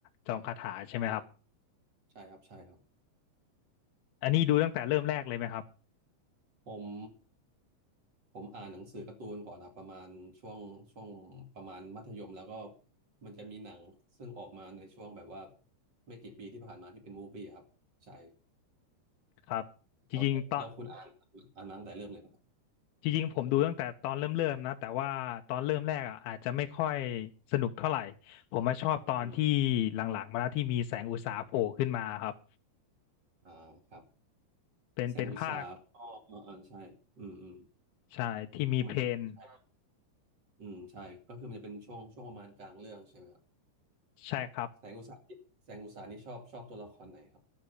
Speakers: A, on the left; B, on the right.
A: จอมคาถาใช่ไหมครับ
B: ใช่ใช่ครับใช่ครับ
A: อันนี้ดูตั้งแต่เริ่มแรกเลยไหมครับ
B: ผมผมอ่านหนังสือการ์ตูนก่อนครับประมาณช่วงช่วงประมาณมัธยมแล้วก็มันจะมีหนังซึ่งออกมาในช่วงแบบว่าไม่กี่ปีที่ผ่านมาที่เป็นมูฟวี่ครับใช่
A: ครับจริงๆตอน
B: แล้วแล้วคุณอ่านอ่านมาตั้งแต่เริ่มเลยป่ะครับ
A: จริงๆผมดูตั้งแต่ตอนเริ่มเริ่มนะ แต่ว่าตอนเริ่มแรกอ่ะอาจจะไม่ค่อยสนุกเท่าไหร่ ผมมาชอบตอนที่หลังๆมาแล้วที่มีแสงอุตสาหะโผล่ขึ้นมาครับ
B: อืมอ่าครับ
A: เป็นเป็นภาค
B: แสงอุตสาหก็เออเออใช่อืมอืม
A: ใช่ที่มีเพลน
B: มันก็ใช่อืมใช่ก็คือมันจะเป็นช่วงช่วงประมาณกลางเรื่องใช่ไหมครับ
A: ใช่ครับ
B: แสงอุตสาหนี่แสงอุตสาหนี่ชอบชอบตัวละครไหนครับ